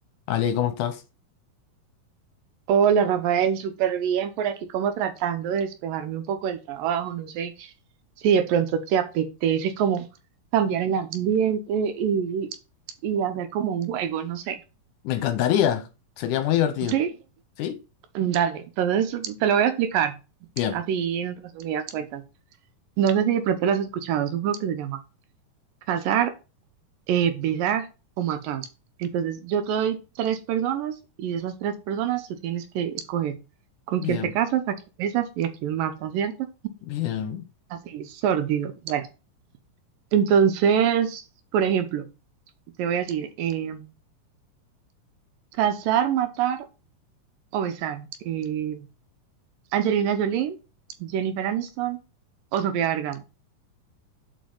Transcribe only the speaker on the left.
Ale, ¿cómo estás?
Me encantaría, sería muy divertido.
¿Sí?
Bien,
bien,
bien.